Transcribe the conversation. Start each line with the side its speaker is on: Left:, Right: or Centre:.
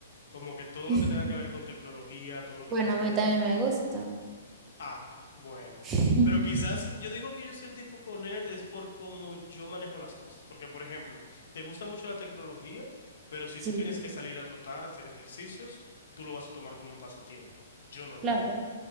Left: Como que todo
Right: <laughs>
Left: lo que tenga que ver con tecnología, todo lo que
Right: Bueno,
Left: tenga
Right: a
Left: que
Right: mí
Left: ver
Right: también me gusta.
Left: Ah, bueno.
Right: <laughs>
Left: Pero quizás yo digo que yo soy el tipo con nerd es por cómo yo manejo las cosas. Porque, por ejemplo, te gusta mucho la tecnología, pero si
Right: Sí,
Left: tú tienes que salir a trotar, hacer ejercicios, tú lo vas a tomar como un pasatiempo. Yo no lo
Right: claro.
Left: haría.